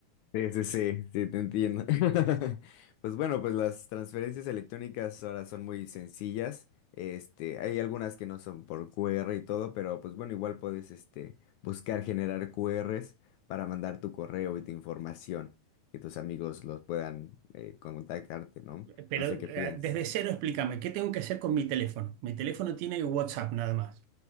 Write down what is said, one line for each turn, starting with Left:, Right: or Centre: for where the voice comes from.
Left: Sí, sí, sí, sí, te entiendo. <laughs> Pues bueno, pues las transferencias electrónicas ahora son muy sencillas. Este, hay algunas que no son por QR y todo, pero pues bueno, igual puedes este, buscar generar QRs para mandar tu correo y tu información, que tus amigos los puedan eh, contactarte, ¿no?
Right: Pero
Left: No sé
Right: eh,
Left: qué piensas.
Right: desde cero explícame, ¿qué tengo que hacer con mi teléfono? Mi teléfono tiene WhatsApp nada más.